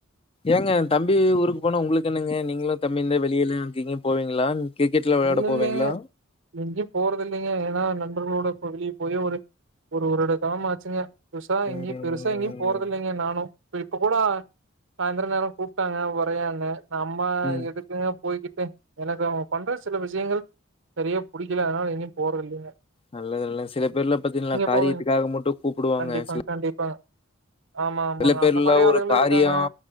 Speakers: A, on the left; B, on the right.
A: ஏங்க தம்பி ஊருக்கு போனா உங்களுக்கு என்னங்க நீங்களும் தம்பி இருந்த வெளியில அங்கீங்க போவீங்களா கிரிக்கெட்லாம் விளையாட
B: இ
A: போவீங்களா?
B: இல்லைங்க எங்கயும் போறது இல்லைங்க ஏன்னா ந அவர்களோட வெளியே போயே ஒரு ஒருட காலம்மா ஆச்சுங்க பெதுசா
A: ம்.
B: எங்கயும் பெருசா எங்கேயும் போறதில்லைங்க நானும் இப்ப இப்ப கூட சாய்ந்திரம் நேரம் கூப்பிட்டாங்க உரையானே நம்ம
A: ம்.
B: எதுக்குங்க போய்கிட்டே எனக்கு அவங்க பண்ற சில விஷயங்கள் சரியா பிடிக்கல அதனால எங்கையும் போற இல்லைங்க
A: நல்லது நல்லது சில பேர்ல பார்த்தீங்களா காரியத்துக்காக
B: போவீங்க
A: மட்டும் கூப்பிடுவாங்க
B: கண்டிப்பாங்க
A: சில
B: கண்டிப்பாங்க ஆமா ஆமாங்க
A: சில பேர்ல
B: அந்த மாரி
A: ஒரு
B: ஆளுகளு
A: காரியம்
B: இருக்காங்க